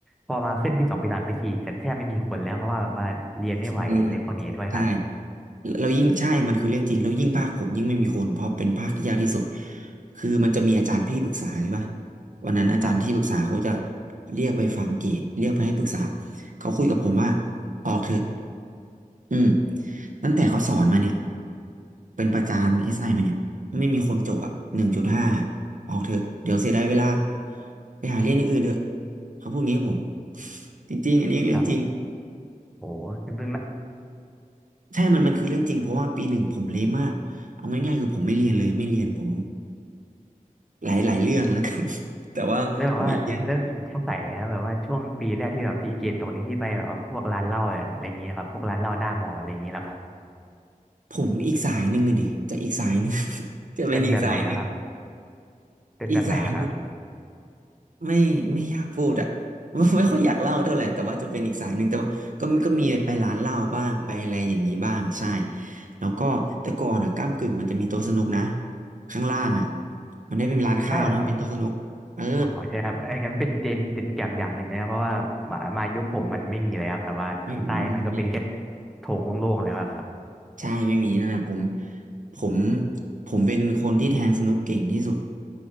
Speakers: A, in the centre; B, on the right.
A: พอมาขึ้นปีสองปีสามปีสี่จะแทบไม่มีคนแล้วเพราะว่าแบบว่าเรียนไม่ไหวอะไรพวกนี้ด้วยครับ
B: เออใช่ แล้วยิ่งใช่มันคือเรื่องจริงแล้วยิ่งภาคผมยิ่งไม่มีคน เพราะเป็นภาคที่ยากที่สุดคือมันจะมีอาจารย์ที่ปรึกษาใช่ปะวันนั้นอาจารย์ที่ปรึกษาเขาจะ
A: ครับ
B: เรียกไปฟังเกรดเรียกไปให้ปรึกษาเขาคุยกับผมว่าออกเถอะอืมตั้งแต่เขาสอนมาเนี่ยเป็นประจานเอสไอมาเนี่ยไม่มีคนจบอ่ะหนึ่งจุดห้าออกเถอะเดี๋ยวเสียดายเวลาไปหาเรียนอย่างอื่นเถอะเขาพูดงี้กับผม <laughs> จริงๆอันนี้เรื่องจริง
A: ครับโหซึ่งซึ่ง
B: ใช่มันมันคือเรื่องจริงเพราะว่าปีหนึ่งผมเละมากเอาง่ายๆคือผมไม่เรียนเลยไม่เรียนผมหลายหลายเรื่องแล้วกัน <laughs> แต่ว่าไม่เรียน
A: แล้วแบบว่าแล้วสงสัยนะครับแบบว่าช่วงปีแรกที่แบบพี่เกตตกนี้ที่ไปแบบว่าพวกร้านเหล้าแบบอะไรอย่างนี้ครับพวกร้านเหล้าหน้ามออะไรอย่างนี้แล้วครับ
B: ผมอีกสายหนึ่งอะดิจะอีกสายหนึ่ง <laughs> จะเป็นอีกสายหนึ่ง
A: เป็นแบบไหนแล้วครับเป็นแบบไหนแล้วครับ
B: อีกสายหนึ่งไม่ไม่อยากพูดอะ <laughs> ไม่ไม่ค่อยอยากเล่าเท่าไหร่แต่ว่าจะเป็นอีกสายหนึ่งแต่ว่าก็ก็มีไปร้านเหล้าบ้างไปอะไรอย่างนี้บ้างใช่แล้วก็แต่ก่อนอะก้ำกึ่งมันจะมีโต๊ะสนุกนะข้างล่างอะมันได้เป็นร้านข้าวนะเป็นโต๊ะสนุกเออ
A: ใช่แล้วครับอ๋อใช่ครับอไอ้นั้นเป็นเจนเจนแก็บอย่างหนึ่งนะครับเพราะว่ามามายุคผมมันไม่มีแล้วครับแต่ว่าข้างใต้มันก็เป็นแค่
B: ไม่ไม่ไม่มี
A: โถงโล่งๆแล้วอะครับ
B: ใช่ไม่มีนั่นนะผมผมผมเป็นคนที่แทงสนุกเก่งที่สุด